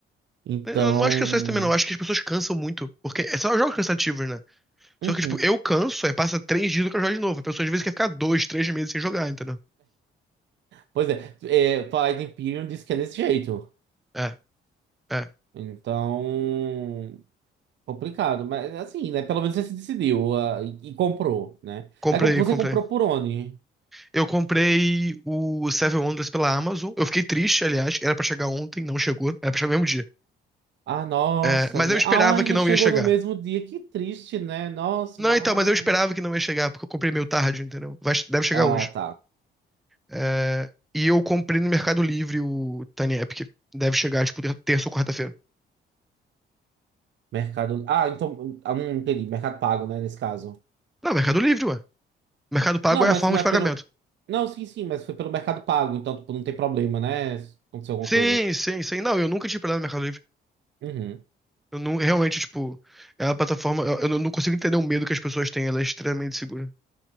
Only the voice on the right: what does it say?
Então.
Uhum.
Pois é. é Twilight Imperium disse que é desse jeito.
Então. Complicado, mas assim, né? Pelo menos você se decidiu, ah, e, e comprou, né?
Aí com- você
comprou por onde?
Ah, nossa,
né?
Ai,
já
chegou
no mesmo dia. Que triste, né? Nossa,
uau.
Ah,
tá.
Mercado. Ah, então. Ah, hum, entendi. Mercado Pago, né? Nesse caso.
Não,
mas
não
é
pelo. Não, sim, sim, mas foi pelo Mercado Pago, então, tipo, não tem problema, né? Se Aconteceu alguma
coisa.
Uhum.